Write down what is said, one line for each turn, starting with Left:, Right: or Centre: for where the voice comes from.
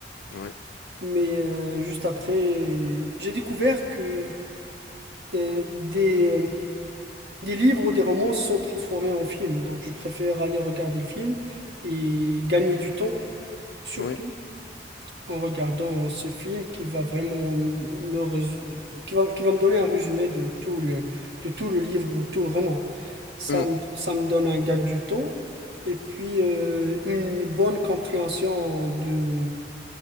Left: oui,
Right: mais euh, juste après j'ai découvert que euh, des euh, Des livres ou des romans sont transformés en films, donc je préfère aller regarder le film et gagner du temps, surtout
Left: oui.
Right: en regardant ce film qui va vraiment me résu- qui va, qui va me donner un résumé de tout le, de tout le livre ou tout le roman. Ça,
Left: Hmm.
Right: me- ça me donne un gain du temps et puis euh, une bonne compréhension de,